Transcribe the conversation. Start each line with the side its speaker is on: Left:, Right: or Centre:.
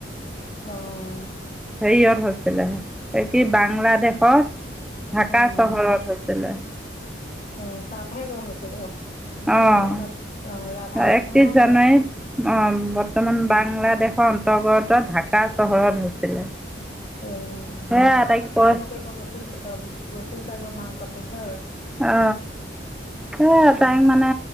Left: অহ
Centre: হেৰিয়ত হৈছিলে কি বাংলাদেশত। ঢাকা
Left: অ অ
Centre: চহৰত হৈছিলে।
Left: অ তাপা হে গৈ হৈছে গ বিষ্ণু
Centre: অঁ
Left: প্ৰসাদ অ ৰাভা অসমৰ
Centre: একত্ৰিছ
Left: হয়
Centre: জানুৱাৰীত অ বৰ্তমান বাংলাদেশ অন্তৰ্গত ঢাকা চহৰত হৈছিলে।
Left: অ
Centre: সেয়া
Left: কিবা কাৰণত
Centre: আটাইকৈ
Left: পঢ়িব কৰিব গৈছিল গৈছিল চাগৈ মাক বাটে খ
Centre: অ সেইয়াই
Left: উম
Centre: তাইক মানে